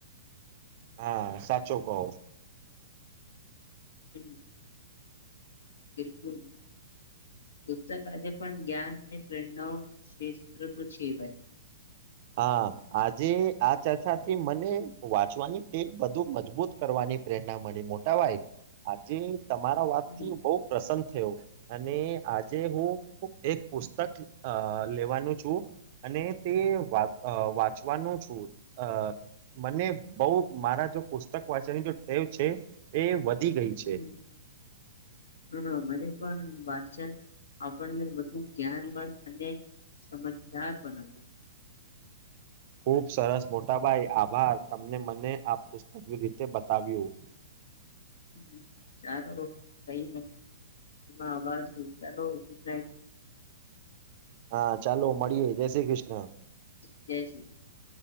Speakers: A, on the right; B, on the left.
A: હા સાચું કહો
B: હ બિલકુલ પુસ્તક આજે પણ જ્ઞાન અને પ્રેરણાઓ ન ક્ષેત્ર તો છે ભાઈ
A: હા આજે આ ચર્ચાથી મને વાંચવાની એ બુ મજબૂત કરવાની પ્રેરણા મળી મોટાભાઈ આજે તમારા વાત
B: હમ
A: થી બહુ પ્રસન્ન થયો અને આજે હું એક પુસ્તક અ લેવાનું છું અને તે વાંચ‌અ વાચવાનું છું અ મને બહુ મારા જો પુસ્તક વાંચવાની જો ટેવ છે એ ગઈ છે
B: હમ હા મને પણ વાચ વાચન‌ આપણે બંઘુ ‌ગાયન નવ અને સમજદાર બનાવ
A: ખુબ સરસ મોટા ભાઈ આપ આભાર તમને મને આ પુસ્તક રીતે બતાવ્યું
B: હ ચાલો કઈ ન એમાં આભાર ચાલો ગુડ નાઈટ
A: હા ચાલો મળીએે જય શ્રી કૃષ્ણ
B: જય શ્રીકૃષ્ણ